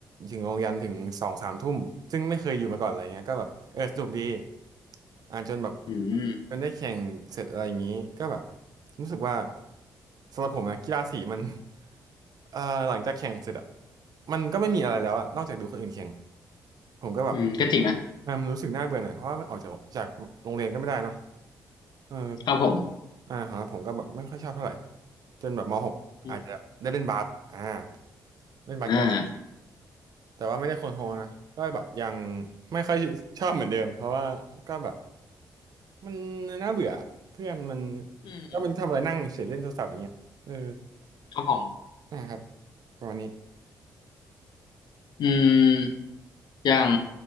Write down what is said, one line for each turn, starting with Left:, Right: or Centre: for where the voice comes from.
Right: ถึงโรงเรียนถึงสองสามทุ่มซึ่งไม่เคยอยู่มาก่อนอะไรเงี้ยก็แบบเออสนุกดีอ่าจนแบบ
Left: อืม
Right: จนได้แข่งเสร็จอะไรอย่างนี้ก็แบบรู้สึกว่าสำหรับผมนะกีฬาสีมัน <laughs> เอ่อหลังจากแข่งเสร็จอะมันก็ไม่มีอะไรแล้วอะนอกจากดูคนอื่นแข่งผมก็แบบ
Left: อืมก็จริงนะ
Right: เออมันรู้สึกน่าเบื่อหน่อยเพราะว่ามันออกจากจากโรงเรียนก็ไม่ได้เนาะ เออ
Left: ครับผม
Right: อ่าของผมก็แบบไม่ค่อยชอบเท่าไหร่จนแบบมหกอาจจะได้เล่นบาสอ่า
Left: อืม
Right: เล่นบาสกีฬาสี
Left: อ่า
Right: แต่ว่าไม่ได้โคนโทรนะ ก็แบบยังไม่ค่อยชอบเหมือนเดิม เพราะว่าก็แบบมันน่าเบื่อเพื่อนมัน
Left: อืม
Right: ก็มันทำอะไรนั่งเฉยเล่นโทรศัพท์อย่างเงี้ยเออ
Left: ครับผม
Right: นะครับประมาณนี้
Left: อืมอย่าง